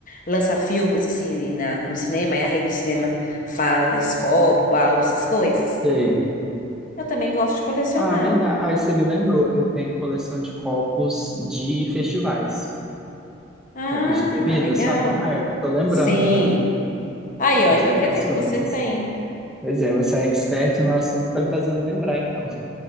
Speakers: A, on the left; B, in the centre.
A: lança filmes assim na- no cinema e a rede de cinema faz copo, balde, essas coisas?
B: Sei.
A: Eu também gosto de colecionar.
B: Ah, verdade. Aí você me lembrou, eu tenho coleção de copos de festivais,
A: Ah,
B: copos de bebida,
A: legal.
B: sabe? Ah, é, tô lembrando
A: Sim.
B: já de,
A: Aí, ó,
B: de
A: então
B: outras
A: quer dizer que
B: coisas.
A: você tem.
B: Pois é, você é expert no assunto, tá me fazendo lembrar, então.